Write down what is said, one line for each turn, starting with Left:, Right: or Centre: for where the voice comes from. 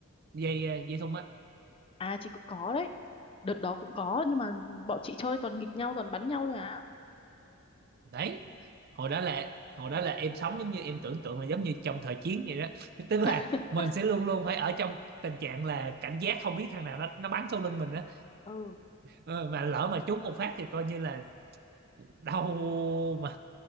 Right: dây ờ, dây thun á
Left: À chị cũng có đấy, đợt đó cũng có, nhưng mà bọn chị chơi toàn nghịch nhau, toàn bắn nhau thôi à.
Right: đấy hồi đó là hồi đó là em sống giống như em tưởng tượng là giống như trong thời chiến vậy đó <laughs> tức là
Left: <laughs>
Right: mình sẽ luôn luôn phải ở trong tình trạng là cảnh giác không biết thằng nào nó nó bắn sau lưng mình á
Left: ừ
Right: Ờ, mà lỡ mà trúng một phát thì coi như là đau mà